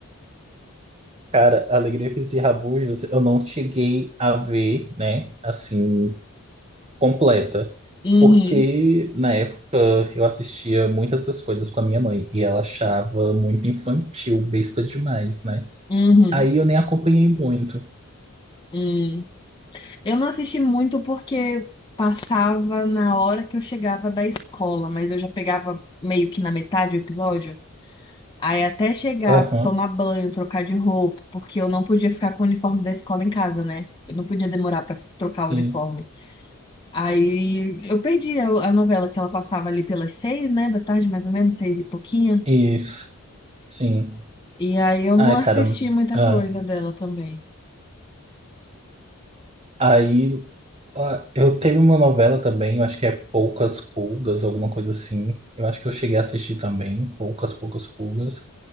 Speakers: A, on the right; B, on the left.
A: Cara, Alegria Física e Rabugos, eu não cheguei a ver, né, assim, completa.
B: Uhum,
A: Porque na época eu assistia muitas dessas coisas com a minha mãe e ela achava muito infantil, besta demais, né?
B: uhum,
A: Aí eu nem acompanhei muito.
B: uhum. Eu não assisti muito porque passava na hora que eu chegava da escola, mas eu já pegava meio que na metade do episódio. Aí até chegar,
A: Aham,
B: tomar banho, trocar de roupa, porque eu não podia ficar com o uniforme da escola em casa, né? Eu não podia demorar pra trocar
A: sim.
B: o uniforme. Aí eu perdi a, a novela que ela passava ali pelas seis, né, da tarde, mais ou menos, seis e pouquinho.
A: Isso, sim.
B: E aí eu
A: Ai,
B: não assisti
A: cara.
B: muita
A: ah,
B: coisa dela também.
A: Aí ah, eu teve uma novela também, eu acho que é Poucas Pulgas, alguma coisa assim. Eu acho que eu cheguei a assistir também, Poucas, Poucas Pulgas.